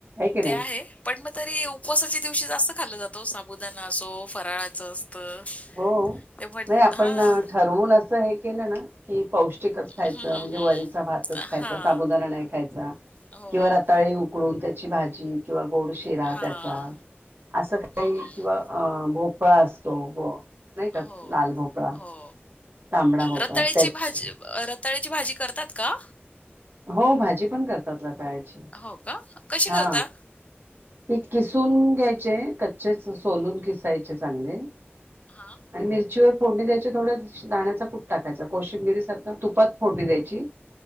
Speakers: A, on the right; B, on the left.
A: की नाही
B: ते आहे. पण मग तरी उपवासाच्या दिवशी जास्त खाल्ल जातो साबुदाणा असो फराळाचं असतं.
A: हो
B: ते म्हण
A: नाही आपण
B: हां.
A: ठरवून असं हे केलं ना की पौष्टिक पौष्टिककच खायचं
B: हं, हं,
A: म्हणजे
B: हं.
A: वरीचा भातच खायचं
B: हां.
A: साबुदा नाही खायचा
B: हो.
A: किंवा रताळी उकडून त्याची भाजी किंवा गोड शिरा
B: हां.
A: त्याचा असं काही
B: हं.
A: किंवा अ भोपळा असतो व नाही का
B: हो.
A: लाल भोपळा
B: हो.
A: तांबडा भोपळा
B: रताळीची
A: त्याच
B: भाजी रताळीची भाजी करतात का?
A: हो भाजी पण करतात रताळाची
B: हो का कशी
A: हा
B: करता?
A: ते किसून घ्यायचे कच्चेच सोलून खिसायचे चठे चांणे <unintelligible>
B: हा
A: आणि मिरचीवर फोडणी द्यायची थोड्या दाण्याचा टाकायचा कोशिंबिरी सारख्या तुपात फोडणी द्यायची.